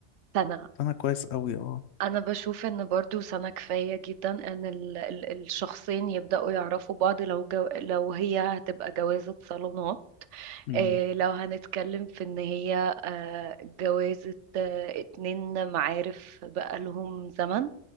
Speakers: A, on the right (about 85°); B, on the left (about 70°).
A: سنة
B: سنة كويس أوي أه
A: أنا بشوف إن برضو سنة كفاية جدا إن ال- ال- الشخصين يبدأوا يعرفوا بعض لو جو لو هي هتبقى جوازة صالونات
B: أمم،
A: إيه لو هنتكلم في إن هي آه، جوازة آه، اتنين معارف بقالهم زمن